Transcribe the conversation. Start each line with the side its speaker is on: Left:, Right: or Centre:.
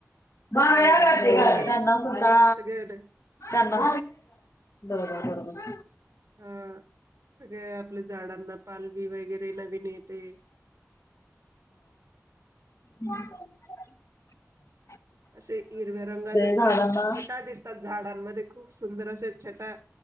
Left: <inaudible> त्यांना
Right: हो सगळीकडे
Left: सुद्धा
Right: सगळ्याकडे
Left: त्यांना बरोबर बरोबर.
Right: हा सगळ्या आपल्या झाडांना पालवी वगैरे. वगैरे नवीन येते.
Left: हम् <unintelligible>
Right: असे हिरव्या रंगाच्या
Left: झाडांना
Right: छान छटा दिसतात. झाडांमध्ये खूप सुंदर असे. छटा